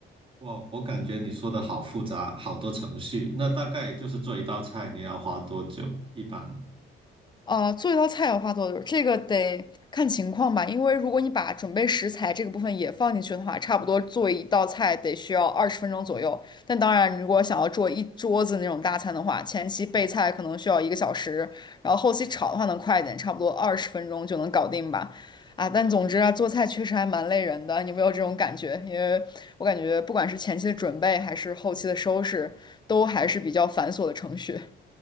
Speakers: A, on the right (about 25°); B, on the left (about 20°).
A: 哇，我感觉你说的好复杂，好多程序。那大概就是做一道菜，你要花多久？一般？
B: 啊，做一道菜要花多久？这个得看情况吧，因为如果你把准备食材这个部分也放进去的话，差不多做一道菜得需要二十分钟左右。但当然，如果想要做一桌子那种大餐的话，前期备菜可能需要一个小时，然后后期炒的话能快一点，差不多二十分钟就能搞定吧。啊，但总之啊，做菜确实还蛮累人的，你有没有这种感觉？因为我感觉不管是前期的准备还是后期的收拾，都还是比较繁琐的程序。<laughs>